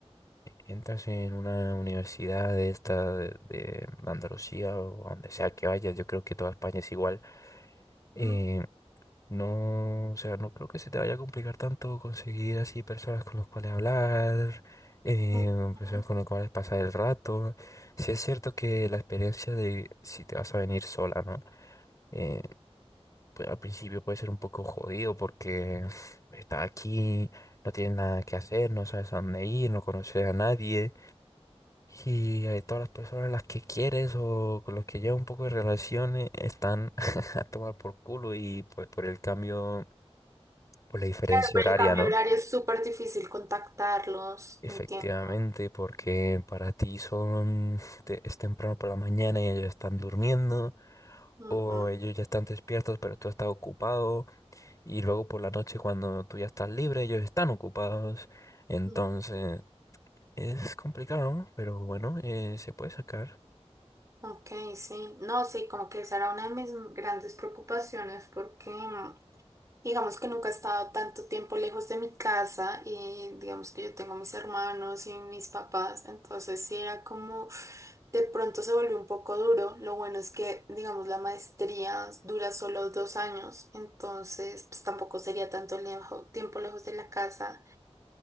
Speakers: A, on the left; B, on the right.
A: entras en una universidad de esta de, de Andalucía o a donde sea que vayas, yo creo que toda España es igual. eh,
B: ujú,
A: no, o sea, no creo que se te vaya a complicar tanto conseguir así personas con las cuales hablar, eh,
B: ok.
A: personas con las cuales pasar el rato. Sí es cierto que la experiencia de si te vas a venir sola, ¿no? Eh, pues, al principio puede ser un poco jodido porque <sighs> estás aquí, no tienes nada que hacer, no sabes a dónde ir, no conoces a nadie y eh, todas las personas a las que quieres o con las que llevas un poco de relaciones están <laughs> a tomar por culo y pues por el cambio, por la diferencia
B: Claro, pero
A: horaria,
B: el cambio
A: ¿no?
B: horario es súper difícil contactarlos,
A: Efectivamente,
B: entiendo.
A: porque para ti son, <sighs> te- es temprano por la mañana y ellos están durmiendo
B: Ujú,
A: o ellos ya están despiertos pero tú estás ocupado. Y luego por la noche cuando tú ya estás libre, ellos están ocupados. Entonces
B: ujú.
A: es complicado, ¿no? pero bueno, eh, se puede sacar.
B: Ok, sí. No, sí, como que esa era una de mis grandes preocupaciones porque... mm, Digamos que nunca he estado tanto tiempo lejos de mi casa y digamos que yo tengo mis hermanos y mis papás, entonces sí era como de pronto se volvió un poco duro. Lo bueno es que, digamos, la maestría dura solo dos años, entonces pues tampoco sería tanto lejo- tiempo lejos de la casa,